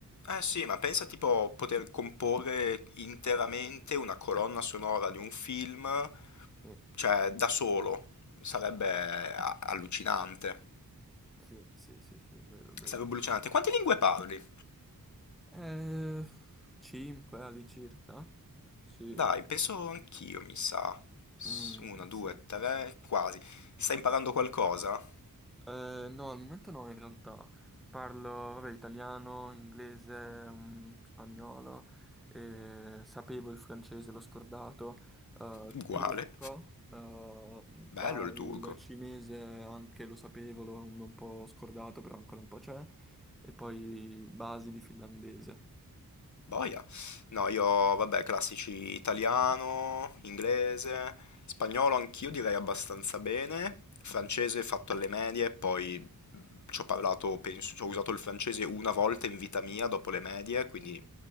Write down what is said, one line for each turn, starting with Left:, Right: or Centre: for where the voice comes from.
Left: Eh sì, ma pensa tipo poter comporre interamente una colonna sonora di un film,
Centre: Sì,
Left: cioè da solo. Sarebbe a- allucinante.
Centre: sì, sì, sì, sì, è vero, è vero,
Left: Sarebbe
Centre: è vero.
Left: allucinante. Quante lingue parli?
Centre: Eh, 5 all'incirca? Sì.
Left: Dai, penso anch'io, mi sa. S-
Centre: Mm,
Left: Una, due,
Centre: sì.
Left: tre, quasi. Stai imparando qualcosa?
Centre: Eh, no, al momento no, in realtà. Parlo, vabbè, italiano, inglese, mm, spagnolo, eh, sapevo il francese, l'ho scordato, eh,
Left: Uguale.
Centre: turco, eh, bah,
Left: Bello il
Centre: il
Left: turco.
Centre: cinese anche lo sapevo, l'ho un po' scordato, però ancora un po' c'è, e poi basi di finlandese.
Left: Boia. No, io, vabbè, classici italiano, inglese, spagnolo anch'io direi abbastanza bene, francese fatto alle medie, poi ci ho parlato, penso, ci ho usato il francese una volta in vita mia dopo le medie, quindi